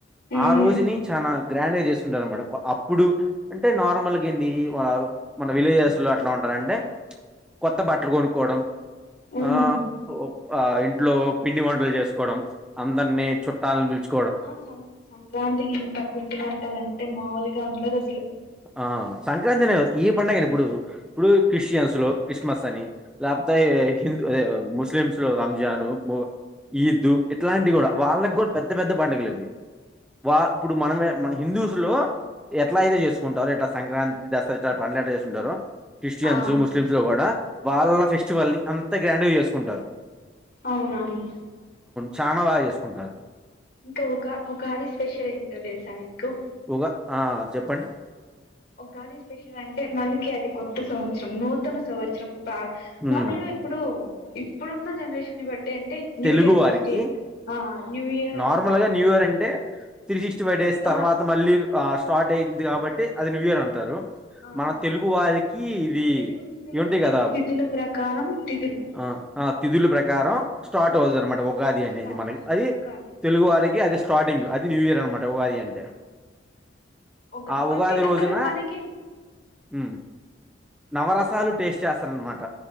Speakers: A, on the left; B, in the centre.
A: ఉమ్
B: ఆ రోజుని చానా గ్రాండ్ గా చేసుకుంటారు అన్నమాట అప్పుడు అంటే నార్మల్గా ఏంది మన విలేజెస్ లో అట్లా ఉంట అండి కొత్త బట్టలు కొనుక్కోవడం
A: ఉమ్
B: ఆ ఆ ఇంట్లో పిండి వంటలు చేసుకోవడం అందరిని చుట్టాలను పిలుచుకో
A: ఆ సం సంక్రాంతికి ఇంత పిండి వటలంటే మాముూలుగా ఉండదు అసలు
B: ఆ సంక్రాంతి అనే కా ఈ పడుగ అని ఇప్పుడు ఇప్పుడు క్రిస్టియన్స్ లో క్రిస్మస్ అని లేకపోతే హిందూ ఎ ముస్లిమ్స్ లో రంజాన్ ఈద్దు ఇట్లాంటి కూడా వాళ్ళకి కూడా పెద్ద పెద్ద పడుగలు ఇవి వా ఇప్పుడు మనమే మన హిందూస్ లో ఎట్లా అయితే చేస్తు టారు ఇట్లా సంక్రాంతి దసరా ఇట్లా పండగలు ఎట్లా చేస్తుంటారు క్రిస్టియన్స్
A: ఆ
B: ముస్లింస్ లో కూడా వాళ్ళ ఫెస్టివల్ని అంత గ్రాండ్గా చేసుకుంటారు
A: అవునువును
B: చానా బాగా చేసుకుంటారు
A: ఇంకా ఉగా ఉగాది స్పెషల్ ఏంటో తెలుసా మీకు
B: ఉగా ఆ చెప్పండి
A: ఉగాది స్పెషల్ అంటే మనకి అది కొత్త సంవత్సరం నూతన సంవత్సరం నార్మల్గా
B: ఉమ్.
A: ఇప్పుడు ఇప్పుడున్న జనరేషన్ ని బట్టి అంటే న్యూ
B: తెలుగు
A: ఇయర్
B: వారికి
A: ఫస్ట్ ఆ న్యూ ఇయర్ అని
B: నార్మల్
A: చెప్పని
B: గా
A: అంటారు
B: న్యూ ఇయర్ అంటే త్రీ సిక్స్టీ ఫైవ్ డేస్
A: కొత్త
B: తర్వాత మళ్ళీ స్టార్ట్ అయింది కాబట్టి అది న్యూ ఇయర్ అంటారు
A: ఆ
B: మన తెలుగు వారికి ఇది
A: తెలుగు తిథులు
B: ఇయ్యుంటాయి
A: తెలుగు
B: కదా
A: తిథుల ప్రకారం తిథులు
B: ఆ ఆ తిథుల ప్రకారం స్టార్ట్ అవుతుది అన్నమాట ఉగాది అనేది
A: స్టా
B: మనకి అది
A: ఉగాది
B: తెలుగు వారికి అది స్టార్టింగ్ అది న్యూ ఇయర్ అనమాట ఉగాది అంటే
A: ఒక
B: ఆ ఉగాది
A: అంటే అక్కడ
B: రోజున
A: మనకి
B: ఉమ్ నవరసాలు టేస్ట్ చేస్తారన్నమాట